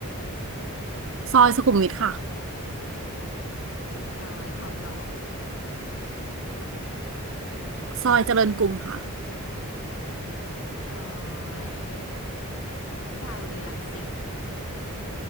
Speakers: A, on the right; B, on the left.
A: ซอยสุขุมวิทค่ะ
B: ซอยทองหล่อ
A: ซอยเจริญกรุงค่ะ
B: ซอยวิภาวดีรังสิต